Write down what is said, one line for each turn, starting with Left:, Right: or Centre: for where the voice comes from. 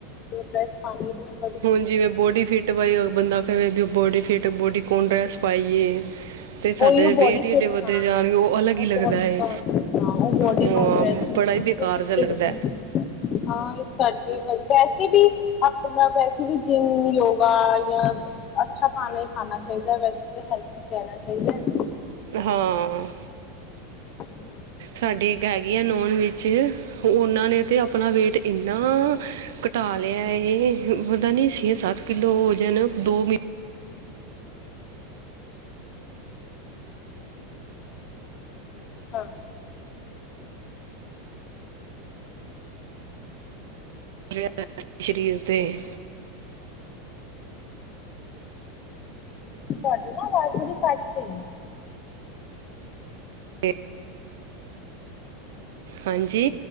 Left: ਜਿਵੇ ਡਰੈਸ ਪਾਂਦੀ ਸੀ ਨਾ
Right: ਹੁਨ ਜਿਵੇ ਬੋਡੀ ਫਿਟ ਪਾਈ ਬੰਦਾ ਕਵੇ ਬੋਡੀ ਫਿਟ ਬੋਡੀ ਕੌਨ ਡਰੈਸ ਪਾਈਏ- ਤੇ ਸਾਡੇ
Left: ਉਹੀ ਉਹ
Right: ਵੇਟ
Left: ਬੋਡੀ
Right: ਈ
Left: ਫਿਟ
Right: ਏਡੇ ਵੱਧਦੇ
Left: ਹਾਂ
Right: ਜਾ ਰਹੇ ਉਹ ਅਲੱਗ ਹੀ ਲੱਗਦਾ
Left: ਬੋਡੀਕੋਨ
Right: ਹੈ
Left: ਹਾਂ ਉਹ ਬੋਡੀਕੋਨ
Right: ਉਹ
Left: ਡਰੈਸ ਸੀ ਤੇ
Right: ਬੜਾ
Left: ਉਹ
Right: ਹੀ
Left: ਬਿਲਕੁਲ
Right: ਬ- ਕਾਰ
Left: ਫਿਟਡ
Right: ਝਲਕਦਾ-
Left: ਸੀ
Right: <unintelligible>
Left: ਹਾਂ ਇਸ ਕਰਕੇ ਬਸ ਵੈਸੇ ਵੀ- ਅਪਨਾ ਵੈਸੇ ਵੀ ਜਿੰਮ ਯੋਗਾ ਯਾ- ਅਛਾ ਖਾਨਾ ਹੀ ਖਾਨਾ ਚਾਹੀਦਾ ਵੈਸੇ ਤੇ ਹੈਲਦੀ ਰਹਿਣਾ ਚਾਹੀਦਾ।
Right: ਹਾਂ-
Left: ਹ <inaudible> <inaudible>
Right: ਸਾਡੀ ਇਕ ਹੈਗੀ ਆ ਨੋਨ ਵਿਚ ਉਹਨਾ ਨੇ ਤੇ ਅਪਣਾ ਵੇਟ ਏਨਾ- ਘਟਾ ਲਿਆ ਏ ਪਤਾ ਨੀ ਛੇ ਸੱਤ ਕਿਲੋ ਵਜਨ ਦੋ ਮ-
Left: ਹਾਂ-
Right: ਜਿਹੜ ਸ਼ਰੀਰ 'ਤੇ-
Left: ਤੁਆਡੀ ਨਾ ਅਵਾਜ ਬੜੀ ਕਟ ਰਈ ਏ।
Right: ਤੇ ਹਾਂਜੀ।